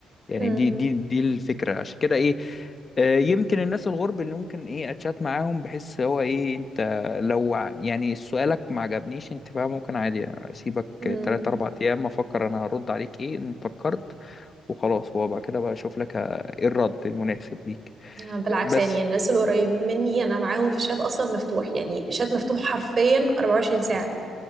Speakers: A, on the left; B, on the right.
A: يعني
B: مم.
A: دي دي دي الفكرة عشان كده ايه آه، يمكن الناس الغرب اللي ممكن ايه اتشات معاهم بحس هو ايه انت لو ع- يعني سؤالك ما عجبنيش انت بقى ممكن عادي يعني اسيبك
B: مم.
A: تلات اربع ايام افكر انا هرد عليك ايه ان فكرت وخلاص هو بقى كده بقى اشوف لك ه- ايه الرد المناسب ليك
B: آه، بالعكس
A: بس
B: يعني الناس القريبين مني انا معاهم في الشات اصلا مفتوح يعني الشات مفتوح حرفيا 24 ساعه يعني